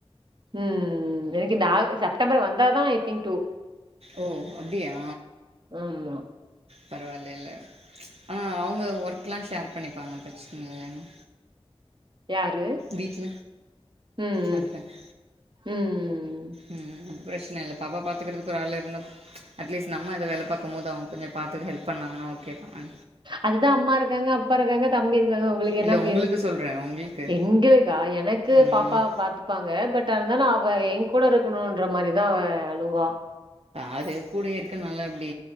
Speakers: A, on the right; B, on the right.
A: ம் எனக்கு இந்த செப்டம்பர் வந்த தான் ஐ திங்க் டூ
B: ஓ அப்படியா
A: ஆமா
B: பரவாயில்லைல ஆனா அவொங்க ஒர்க்லா ஷேர் பண்ணிப்பாங்க பிரச்சன இல்லங்க
A: யாரு
B: வீட்ல
A: ம்
B: ஹஸ்பண்ட்
A: ம் ம் ம்
B: ம் பிரச்சன இல்லை பாப்பா பாத்துக்கிறதுக்கு ஒரு ஆள் இருந்தா அட்லீஸ் நம்ம இத வேல பாக்கும் போது அவங்க கொஞ்சம் பாத்து ஹெல்ப் பண்ணாங்கா ஒகேதா அ
A: அதுதா அம்மா இருக்காங்க அப்பா இருக்காங்க தம்பி இருக்காங்க உங்கள்க்கு என்ன
B: இல்ல
A: ஃபீல்
B: உங்களுக்கு சொல்றே உங்களுக்கு
A: எங்கள் கா எனக்கு
B: ம்
A: பாப்பாவ பாத்துப்பாங்க பட் இருந்தாலு அவ என் கூட இருக்கணூன்ற மாரிதா அவ அழுவா
B: ஆது கூடைய இருக்கனால அப்டி